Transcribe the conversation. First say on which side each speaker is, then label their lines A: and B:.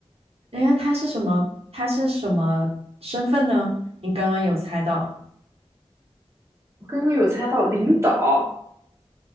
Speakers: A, on the right; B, on the right.
A: 因为他是什么？他是什么身份呢？你刚刚有猜到，
B: 我刚刚有猜到领导，